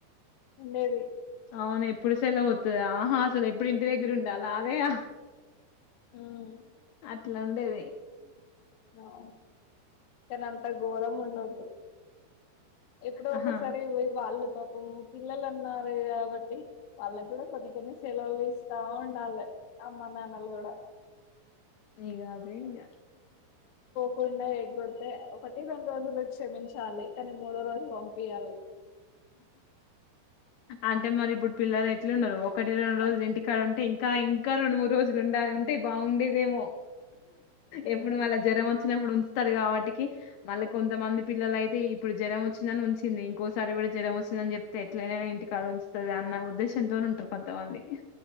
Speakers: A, on the left; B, on the left.
A: ఉండేది
B: అవును ఎప్పుడు సెలవు ఒత్తద ఆహా అసలు ఎప్పుడు ఇంటి దగ్గర ఉండాల అదేయా
A: ఉమ్
B: అట్లా ఉండేది
A: అవును కాని అంత గోరం ఉండోద్ ఎప్పుడో
B: ఆహా
A: ఒకసారి వాళ్ళు పాపం పిల్లలు ఉన్నారు కాబట్టి వాళ్ళకి కూడా కొన్ని కొన్ని సెలవులు ఇస్తా ఉండాలే అమ్మ నాన్నలు కూడా
B: ఇగ అదే ఇగ
A: గుండా ఎగొడితే ఒకటి రెండు రోజులు క్షమించాలి కానీ మూడో రోజు పంపియాలి
B: అంటే మరి ఇప్పుడు పిల్లలే ట్లున్నారు ఒకటి రెండు రోజులు ఇంటికాడ ఉంటే ఇంకా ఇంకా రెండు మూడు రోజులు ఉండాలి ఉంటే బాగుండేదేమో
A: ఉమ్
B: ఎప్పుడు మళ్ళ జ్వరం వచ్చినప్పుడు ఉంచుతారు కాబట్టి టీకి మళ్ళీ కొంతమంది పిల్లల అయితే ఇప్పుడు జ్వరం వచ్చిందని ఉంచింది ఇంకో సారి కూడా జరం వచ్చిందని చెప్తే ఎట్లైనా ఇంటికాడ ఉంచుతది అన్న ఉద్దేశంతో ఉంటారు కొంతమంది